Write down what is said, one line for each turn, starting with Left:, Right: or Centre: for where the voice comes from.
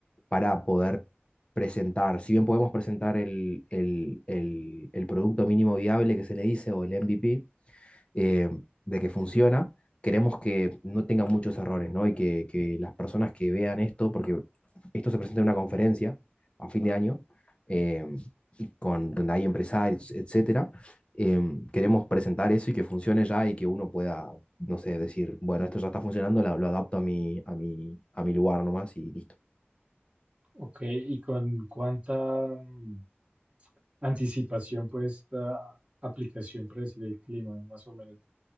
Left: para poder presentar, si bien podemos presentar el, el- el- el producto mínimo viable que se le dice o el MVP, eh, de que funciona, queremos que no tenga muchos errores, ¿no? Y que, que las personas que vean esto, porque esto se presenta en una conferencia a fin de año, eh, y con, donde hay empresarios, etcétera, em, queremos presentar eso y que funcione ya y que uno pueda, no sé, decir, bueno, esto ya está funcionando, la- lo, adapto a mi, a mi, a mi lugar nomás y listo.
Right: Ok, ¿y con cuánta mm, anticipación puede esta aplicación predecir el clima, más o menos?